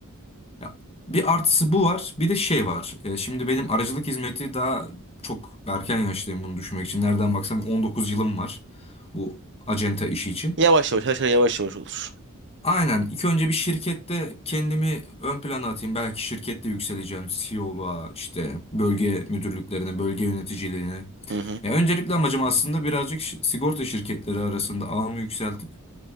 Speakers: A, on the left; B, on the right.
A: Ya, bir artısı bu var, bir de şey var. E, şimdi benim aracılık hizmeti daha çok erken yaştayım bunu düşünmek için. Nereden baksam 19 yılım var bu acenta işi için.
B: Yavaş yavaş her şey yavaş yavaş olur.
A: Aynen. İlk önce bir şirkette kendimi ön plana atayım. Belki şirkette yükseleceğim. CEO'luğa, işte bölge müdürlüklerine, bölge yöneticiliğine.
B: Hı hı.
A: Ya öncelikle amacım aslında birazcık şi- sigorta şirketleri arasında ağımı yükseltip